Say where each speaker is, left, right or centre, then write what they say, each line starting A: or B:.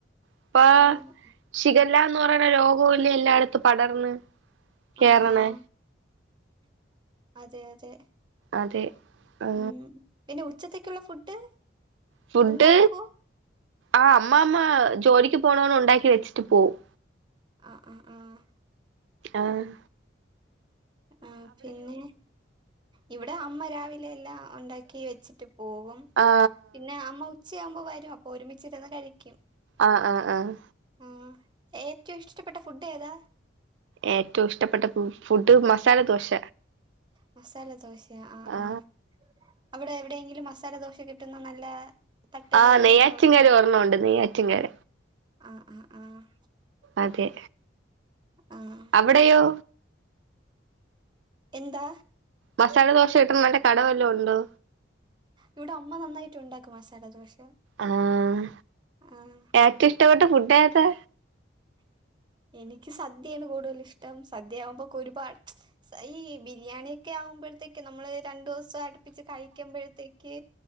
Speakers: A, on the right; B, on the right.
A: ഇപ്പാ
B: ആഹ്
A: ശിഗല്ലാന്ന് പറയ്ണ രോഗവുല്ലേ എല്ലായിടത്തും പടർന്ന് കേറ്ണേ
B: ആഹ് ആഹ് അതെ അതെ
A: അതെ ആ
B: ഉം പിന്നെ ഉച്ചത്തേക്കുള്ള ഫുഡ്
A: ഫുഡ്
B: ഉണ്ടാക്കോ
A: ആഹ് അമ്മാമ്മ ജോലിക്ക് പോണോട് ഉണ്ടാക്കി വെച്ചിട്ട് പോവും
B: ആഹ് ആഹ് ആഹ്
A: ആഹ്
B: ആഹ് പിന്നെ ഇവിടെ അമ്മ രാവിലെ എല്ലാം ഉണ്ടാക്കി വെച്ചി ട്ട് പോകും
A: ആ
B: പിന്നെ അമ്മ ഉച്ചയാകുമ്പോ വരും അപ്പൊ ഒരുമിച്ചിരുന്ന് കഴിക്കും
A: ആഹ് ആഹ് ആഹ്
B: ഉം ഏറ്റവും ഇഷ്ടപ്പെട്ട ഫുഡ് ഏതാ
A: ഏറ്റവും ഇഷ്ടപ്പെട്ട ഫുഡ് മസാല ദോശ
B: മസാല ദോശേ ആഹ്
A: ആ
B: ആഹ് അവിടെ എവിടെയെങ്കിലും മസാല ദോശ കിട്ടുന്ന നല്ല തട്ടുകട
A: ആഹ്
B: എന്തെങ്കിലും
A: നെയ്യാറ്റിൻകര
B: ഉണ്ടോ
A: ഒർണൊണ്ട് നെയ്യാറ്റിൻകര
B: ആഹ് ആഹ് ആഹ്
A: അതെ
B: ആഹ്
A: അവ്ടെയോ
B: എന്താ
A: മസാല ദോശ കിട്ട്ണ കടവല്ലോം ഉണ്ടോ
B: ഇവിടെ അമ്മ നന്നായിട്ട് ഉണ്ടാക്കും മസാല ദോശ
A: ആഹ്
B: ആഹ്
A: ഏറ്റവും ഇഷ്ടപ്പെട്ട ഫുഡ്‌ ഏതാ
B: എനിക്ക് സദ്യയാണ് കൂടുതൽ ഇഷ്ടം സദ്യയാവുമ്പോക്കെ ഒരുപാ ഈ ബിരിയാണിയൊക്കെ ആവുമ്പഴത്തേക്ക് നമ്മള് രണ്ടൂ സോ അടുപ്പിച്ച് കഴിക്കുമ്പോഴത്തേക്ക്